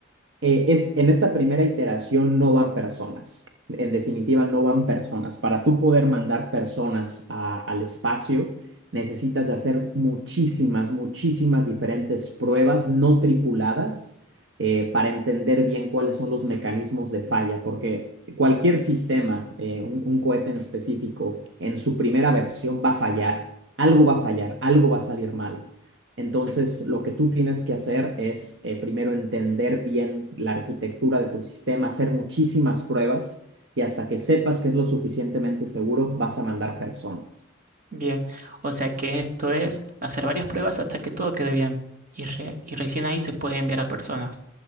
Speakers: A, on the right; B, on the right.
A: eh, es, en esta primera iteración no van personas. En definitiva, no van personas. Para tú poder mandar personas a- al espacio, necesitas de hacer muchísimas, muchísimas diferentes pruebas no tripuladas eh, para entender bien cuáles son los mecanismos de falla, porque cualquier sistema, eh, un, un cohete en específico, en su primera versión va a fallar. Algo va a fallar, algo va a salir mal. Entonces, lo que tú tienes que hacer es eh, primero entender bien la arquitectura de tu sistema, hacer muchísimas pruebas y hasta que sepas que es lo suficientemente seguro, vas a mandar personas.
B: Bien, o sea que esto es hacer varias pruebas hasta que todo quede bien. Y, re- y recién ahí se puede enviar a personas.